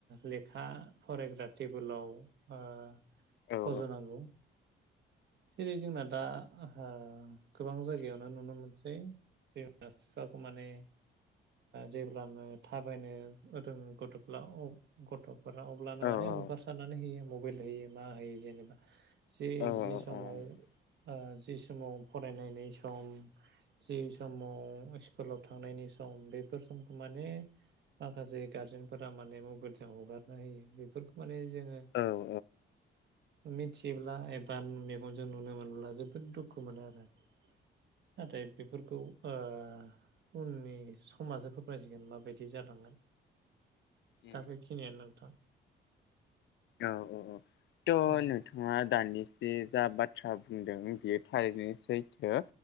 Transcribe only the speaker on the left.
औ
औ
औ
औ
औ
औ उम
उम
औ औ औ थ'
नोंथाङा दानिसो जा बाथ्रा बुंदों बियो थारैनो सैथो।